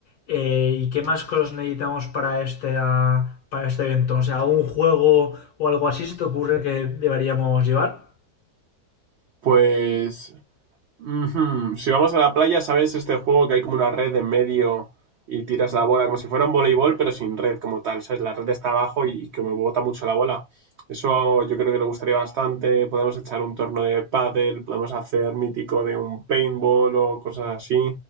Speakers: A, on the left; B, on the right.
A: Eh, ¿y qué más cosas necesitamos para este, ah, para este evento? O sea, ¿algún juego o algo así se te ocurre que deberíamos llevar?
B: Pues ujú, si vamos a la playa, ¿sabes este juego que hay como una red en medio y tiras la bola como si fuera un voleibol, pero sin red como tal, ¿sabes? La red está abajo y, y como bota mucho la bola. Eso yo creo que le gustaría bastante. Podemos echar un torneo de pádel, podemos hacer mítico de un paintball o cosas así.